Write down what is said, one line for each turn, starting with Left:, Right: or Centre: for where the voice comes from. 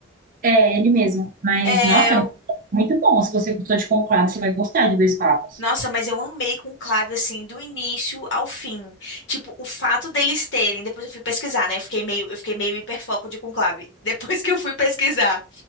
Right: É, ele mesmo. Mas,
Left: É,
Right: nossa,
Left: eu-
Right: é muito bom. Se você gostou de Conclave, você vai gostar de Dois Papas.
Left: nossa, mas eu amei com Conclave, assim, do início ao fim. Tipo, o fato deles terem, depois eu fui pesquisar, né? Eu fiquei meio, eu fiquei meio hiperfoco de Conclave. <laughs> Depois que eu fui pesquisar.